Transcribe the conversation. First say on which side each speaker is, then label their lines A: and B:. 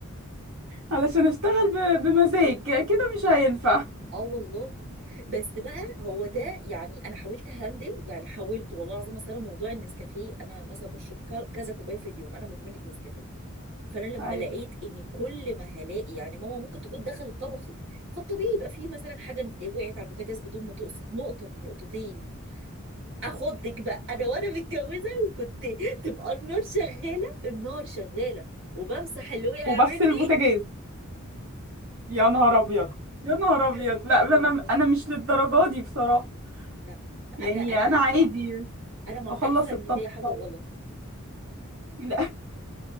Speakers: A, on the right; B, on the right.
A: علشان اشتغل ب... بمزاج كده مش هينفع
B: اه والله بس بقى هو ده يعني انا حاولت هندل يعني حاولت والله العظيم اصل انا موضوع النسكافيه انا مثلا بشرب ك- كذا كوبايه في اليوم انا مدمنه نسكافيه فانا لما
A: ايوه
B: لقيت ان كل ما هلاقي يعني ماما ممكن تكون دخلت طبخت فالطبيعي يبقى فيه مثلا حاجه وقعت على البوتاجاز بدون ما تقصد نقطه نقطتين اخضك بقى انا وانا متجوزه وكنت تبقى النار شغاله النار شغاله وبمسح اللي وقع
A: وبغسل
B: مني
A: البوتاجاز يا نهار ابيض يا نهار ابيض
B: <laughs>
A: لا ده
B: والله
A: انا انا مش للدرجة دي بصراحة
B: لا
A: يعني
B: انا انا
A: انا عادي
B: انا معترفه
A: اخلص
B: ان
A: الطبخة
B: فيا حاجه غلط
A: لا <laughs>